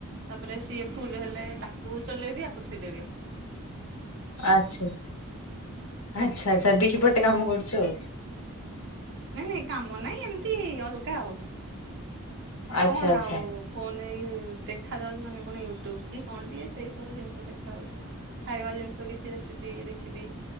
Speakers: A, on the right; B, on the left.
A: ତାପରେ। ସିଏ ଫୁଲ୍ ହେଲେ ତାକୁ ଚଲେଇବୀ ୟାକୁ ଥୁଇଦେବି।
B: ଆଛା ଆଚ୍ଛା ଆଚ୍ଛା ଦି ପଟ୍ କେତେ କାମ କରୁଛୁ ଆଉ?
A: ନାଇଁ ନାଇଁ କାମ ନାହିଁ ଏମିତି ଅଲଗା ଆଉ।
B: ଆଚ୍ଛା
A: କଣ
B: ଆଚ୍ଛା।
A: ଆଉ ଫୋନ୍ ରେ ଦେଖା ଯାଉଛି ମାନେ କଣ, ୟୁଟ୍ୟୁବ କି କଣ ଟିକେ, ସେଇ ସବୁ ଜିନିଷ ଦେଖା ହଉଛି ଆଉ। ଖାଇବା ଜିନିଷ କିଛି ରେସିପି ଦେଖିବି,